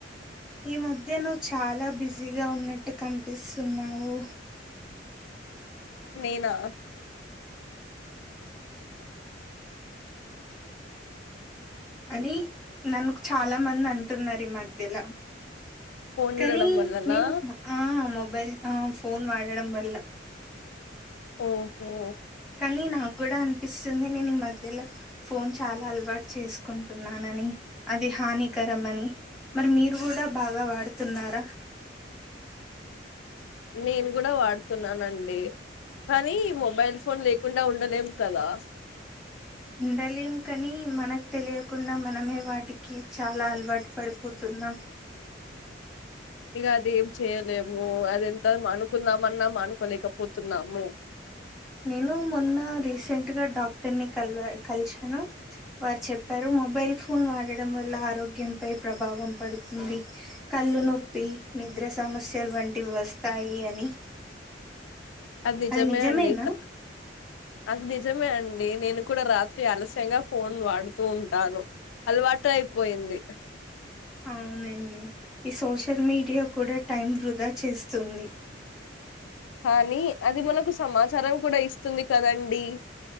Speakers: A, in the centre; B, on the left.
A: ఈ మధ్య నువ్ చాలా బిజీగా ఉన్నట్టు కనిపిస్సున్నావు.
B: నేనా.
A: అని నన్ చాలా మందంటున్నారు ఈ మధ్యల
B: ఫోన్ చూడడం
A: కనీ
B: వల్లనా
A: నేనుఫ్మ ఆ మొ బైల్ ఆ ఫోన్ వాడడం వల్ల
B: ఓహో
A: ని నాక్ గూడా అనిపిస్సుంది నేనిమధ్యలో ఫోన్ చాలా అలవాట్ చేసుకుంటున్నానని అది హానికరమ్ అని. మరి మీరు గూడా బాగా వాడ్ తిన్నారా.
B: నేను గుడా వాడుతున్నానండి. కానీ మొబైల్ ఫోన్ లే కుండా ఉండలేం కదా.
A: ఉండలేం కని మనక్ తెలియకుండా మనమే వాటికి చాలా అలవాట్ పడిపోతున్నాం.
B: ఇగ అదేం చేయలేము అది ఎంతమ్ మానుకుందామన్నా మానుకోలేకపోతున్నాము.
A: నేను మొన్న రీసెంట్ గా డాక్టర్ ని కల్వా కల్షాను. వార్ చెప్పారు మొబైల్ ఫ్ పున్ వాడడం వల్ల ఆరోగ్యంపై ప్రభావం. పడుతుంది. కళ్ళు నొప్పి నిద్ర సమస్యలు వంటివి వస్తాయి అని.
B: నిజమే
A: అది నిజమేనా.
B: అండి క అది నిజమే అండి నేను కూడా రాత్రి ఆలస్యంగా ఫోన్ వాడుతూ ఉంటాను అల్వాటు అయ్పోయింది.
A: అవునండి ఈ సోషల్ మీడియా కూడా టైం వృధా చేస్తుంది
B: కానీ అది మనకు సమాచారం కూడా ఇస్తుంది కదండి